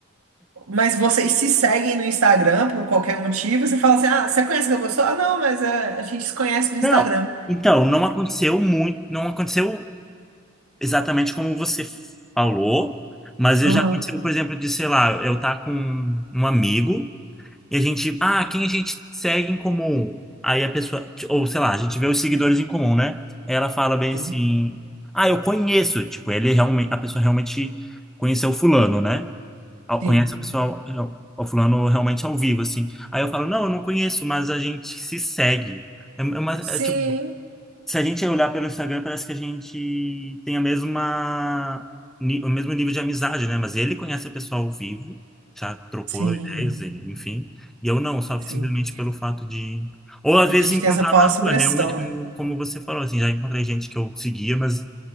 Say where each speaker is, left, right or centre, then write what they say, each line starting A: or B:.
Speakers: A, on the right; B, in the centre.
A: Mas vocês se seguem no Instagram por qualquer motivo, e você fala assim, ah, você conhece aquela pessoa? Ah, não, mas é, a gente se conhece do Instagram.
B: não, então, não aconteceu muito, não aconteceu exatamente como você falou, mas
A: Aham.
B: eu já aconteceu, por exemplo, de, sei lá, eu estar com um amigo e a gente, ah, quem a gente segue em comum? Aí a pessoa, ou sei lá, a gente vê os seguidores em comum, né? Aí ela fala bem
A: Sim,
B: assim, ah, eu conheço, tipo, ele realmente, a pessoa realmente conheceu fulano, né? ao-
A: sim.
B: conhece o pessoal, é, o o fulano realmente ao vivo, assim. Aí eu falo, não, eu não conheço, mas a gente se segue. É, é uma,
A: Sim,
B: é tipo, se a gente olhar pelo Instagram, parece que a gente tem a mesma, ni- o mesmo nível de amizade, né? Mas ele conhece a pessoa ao vivo, já trocou
A: sim,
B: ideias, e- enfim. E eu não, só
A: sim.
B: simplesmente pelo fato de... Ou às
A: A
B: vezes
A: gente
B: encontrar
A: tem essa falsa
B: na rua,
A: impressão,
B: realmente, como,
A: né?
B: como você falou, assim, já encontrei gente que eu seguia, mas